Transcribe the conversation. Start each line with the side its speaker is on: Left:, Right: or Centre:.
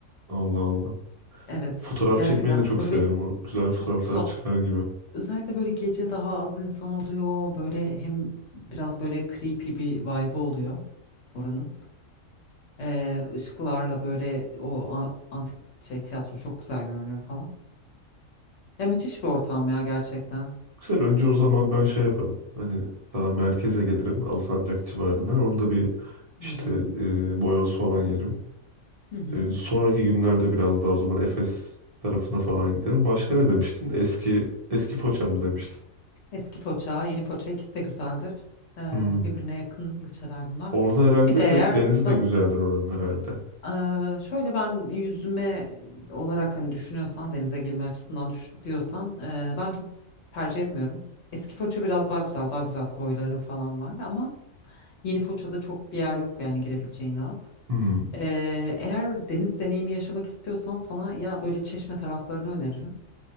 Right: Allah Allah.
Left: Evet,
Right: Fotoğraf
Left: gerçekten
Right: çekmeyi de çok
Left: böyle
Right: severim.
Left: bir
Right: O güzel fotoğraflar
Left: çok tat
Right: çıkar gibi.
Left: özellikle böyle gece daha az insan oluyor. Böyle hem biraz böyle creepy bir vibe oluyor oranın. Ee, ışıklarla böyle o a- antik şey tiyatro çok güzel görünüyor falan. Ya müthiş bir ortam ya gerçekten.
Right: Güzel önce o zaman ben şey yaparım. Hani daha merkeze gelirim. Alsancak civarına. Orada bir işte
Left: Hı hı.
Right: e, boyoz falan yerim.
Left: Hı hı.
Right: E, sonraki günlerde biraz daha o zaman Efes tarafına falan giderim. Başka ne demiştin? Eski eski Foça mı demiştin?
Left: Eski Foça, yeni Foça ikisi de güzeldir. Ee,
Right: Hmm.
Left: birbirine yakın ilçeler bunlar.
Right: Orada herhalde
Left: Bir de eğer
Right: de, denizi de
Left: da-
Right: güzeldir oranın herhalde.
Left: Eee, şöyle ben yüzme olarak hani düşünüyorsan denize girme açısından düş diyorsan eee, ben çok tercih etmiyorum. Eski Foça biraz daha güzel, daha güzel koyları falan var ama yeni Foça'da çok bir yer yok yani girebileceğin rahat.
Right: Hmm.
Left: Eee, eğer deniz deneyimi yaşamak istiyorsan sana ya böyle Çeşme taraflarını öneririm.